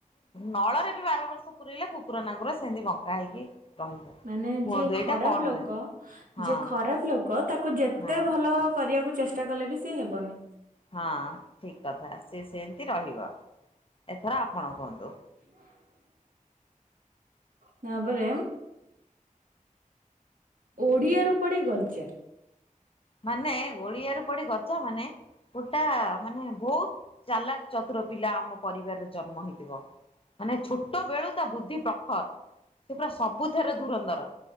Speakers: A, on the left; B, on the right.
A: ନଳରେ ବି ବାରବର୍ଷ ପୁରେଇଲେ କୁକୁର ନାଙ୍ଗୁର ସେମିତି ବଙ୍କା ହେଇକି ରହିବ।
B: ମାନେ
A: କୁହନ୍ତୁ
B: ଯିଏ ଖରାପ
A: ଏଇଟା କଣ
B: ଲୋକ
A: ପାଇଁ ହଁ
B: ଯିଏ ଖରାପ ଲୋ କ ତାକୁ ଯେତେ
A: ହଁ
B: ଭଲ କରିବାକୁ ଚେଷ୍ଟା କଲେ ବି ସିଏ ହେବନି।
A: ହଁ ଠିକ୍ କଥା ସିଏ ସେମିତି ରହିବ ଏଥର ଆପଣ କୁହନ୍ତୁ।
B: <inaudible> ତା ପରେ। ଓଡ଼ିଆରୁ ପଡ଼ି ଗଜା।
A: ମାନେ ଓଳିଆରୁ ପଡ଼ି ଗଜାମାନେ ଗୋଟା ମାନେ ବହୁତ ଚାଲାକ ଚତୁର ପିଲା ଆମ ପରିବାରରେ ଜନ୍ମ ହେଇଥିବ ମାନେ ଛୋଟ ବେଳୁ ତା ବୁଦ୍ଧି ପ୍ରଖର। <unintelligible> ସେ ପୁରା ସବୁଥେରେ ଧୁରନ୍ଧର।